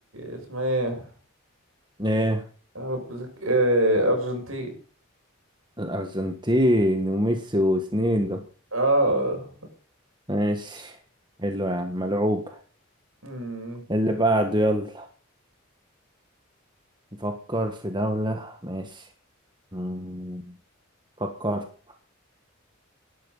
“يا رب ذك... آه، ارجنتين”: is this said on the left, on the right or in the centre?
Right